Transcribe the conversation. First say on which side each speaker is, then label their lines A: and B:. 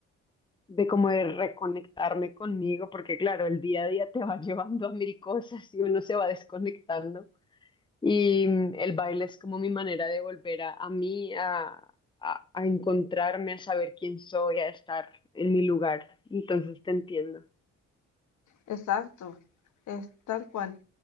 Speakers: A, on the left; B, on the left.
A: de como de reconectarme conmigo, porque claro, el día a día te va <laughs> llevando a mil cosas y uno se va desconectando. Y mm, el baile es como mi manera de volver a, a mí, a, a, a encontrarme, a saber quién soy, a estar en mi lugar. Entonces te entiendo.
B: Exacto, es tal cual.